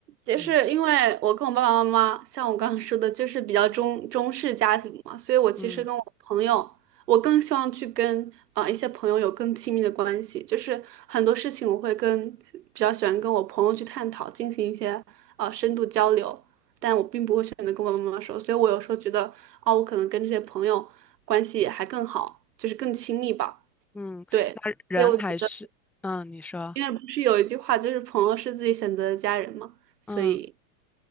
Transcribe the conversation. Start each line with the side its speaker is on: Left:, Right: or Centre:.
Right: 也是因为我跟我爸爸妈妈，
Centre: 嗯
Right: 像我刚刚说的，就是比较中中式家庭嘛，所以我其实跟我朋友，
Centre: 嗯
Right: 我更希望去跟啊一些朋友有更亲密的关系，就是很多事情我会跟比较喜欢跟我朋友去探讨，进行一些呃深度交流，但我并不会选择跟我爸爸妈妈说，所以我有时候觉得，哦，我可能跟这些朋友关系还更好，就是更亲密吧，
Centre: 嗯，
Right: 对，
Centre: 那人还是嗯，
Right: 所以我觉得，
Centre: 你说
Right: 因为不是有一句话就是朋友是自己选择的家人嘛，所以。
Centre: 嗯。